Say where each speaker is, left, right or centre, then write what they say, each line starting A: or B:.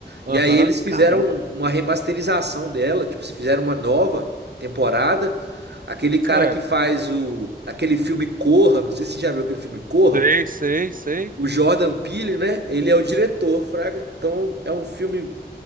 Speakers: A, on the right; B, on the right.
A: E
B: Aham.
A: aí eles fizeram
B: Caramba.
A: uma remasterização dela, tipo, se fizeram uma nova temporada. Aquele cara
B: Certo.
A: que faz o, aquele filme Corra, não sei se você já viu aquele filme Corra,
B: Sei, sei, sei.
A: o Jordan Peele, né? Ele é o diretor, Fraga. Então é um filme,